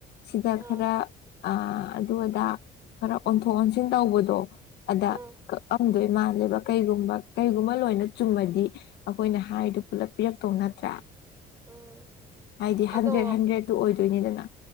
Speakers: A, on the left (about 75°); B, on the right (about 15°).
A: ꯁꯤꯗ
B: ꯑꯥ
A: ꯈꯔ ꯑꯗꯨ ꯑꯗꯥ ꯈꯔ ꯑꯣꯟꯊꯣꯛ ꯑꯣꯟꯁꯤꯟ ꯇꯧꯕꯗꯣ ꯑꯗ
B: ꯑꯥ
A: ꯀꯥꯀꯝꯗꯣꯏꯟ ꯃꯥꯜꯂꯦꯕ ꯀꯩꯒꯨꯝꯕ ꯀꯩꯒꯨꯝꯕ ꯂꯣꯏꯅ ꯆꯨꯝꯕꯗꯤ ꯑꯩꯈꯣꯏꯅ ꯍꯥꯏꯗꯣ ꯄꯨꯂꯞ ꯄꯤꯔꯛꯇꯧ ꯅꯠꯇ꯭ꯔꯥ
B: ꯎꯝ
A: ꯍꯥꯏꯗꯤ ꯍꯟꯗ꯭ꯔꯦꯠ
B: ꯑꯗꯣ
A: ꯍꯟꯗ꯭ꯔꯦꯗꯇꯨ ꯑꯣꯏ ꯇꯅꯤꯗꯅ